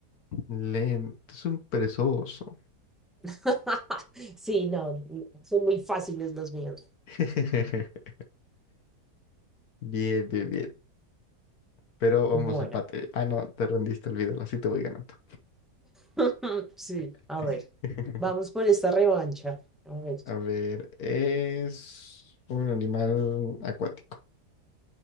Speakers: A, on the left; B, in the centre.
A: Lento, es un perezoso.
B: <laughs> Sí, no, son muy fáciles los míos.
A: <laughs> Bien, bien, bien. Pero vamos
B: Bueno,
A: a empate. Ah, no, te rendiste, olvídalo, así te voy ganando.
B: <laughs> sí,
A: <laughs>
B: a ver, vamos por esta revancha. A ver,
A: A ver, es un animal acuático.